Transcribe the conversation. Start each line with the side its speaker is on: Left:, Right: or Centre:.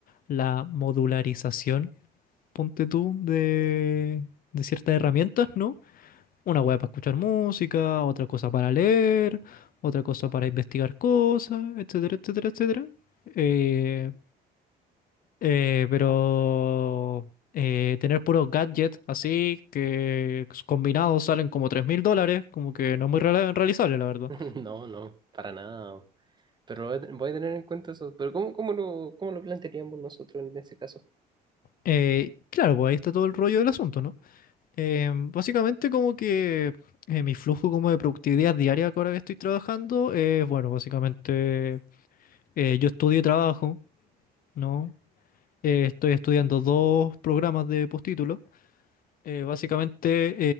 Left: la modularización, ponte tú, de, de ciertas herramientas, ¿no? Una web para escuchar música, otra cosa para leer, otra cosa para investigar cosas, etcétera, etcétera, etcétera. Eh, eh, pero eh, tener puros gadgets así, que combinados salen como tres mil dólares, como que no es muy reala- realizable, la verdad.
Right: <laughs> No, no, para nada. Pero voy a ten- voy a tener en cuenta eso. Pero ¿cómo, cómo lo, cómo lo plantearíamos nosotros en ese caso?
Left: Eh, claro, pues ahí está todo el rollo del asunto, ¿no? Eh, básicamente como que eh, mi flujo como de productividad diaria que ahora que estoy trabajando es, bueno, básicamente eh, yo estudio y trabajo, ¿no? Eh, estoy estudiando dos programas de postítulo. Eh, básicamente